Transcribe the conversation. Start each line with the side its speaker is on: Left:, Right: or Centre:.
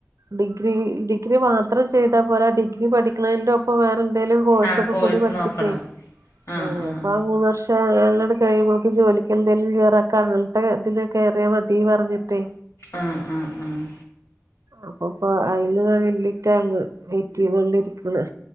Right: ഡിഗ്രി ഡിഗ്രി മാത്രം ചെയ്താ പോരാ ഡിഗ്രി പഠിക്കണതിന്റെ ഒപ്പം വേറെ എന്തേലും കോഴ്സ്
Left: ആഹ്
Right: ഒക്കെ കൂടി പഠിച്ചിട്ടേ
Left: നോക്കണം ആഹ്
Right: ആ
Left: ആഹ്
Right: അപ്പംമൂന്ന് വർഷംത്തെ <unintelligible> കഴിയും പോക്ക് ജോലിക്ക് എന്തേലും കേറാക്കെ അങ്ങനത്തെ ഇതില് കയറിയാ മതിന്ന് പറഞ്ഞിട്ടേ
Left: ആഹ് ആഹ് ആഹ് ആഹ്
Right: അപ്പൊപ്പം അയ്ല് കണ്ടിട്ടാണ് വെയിറ്റെയ്തോണ്ടിരിക്കണ്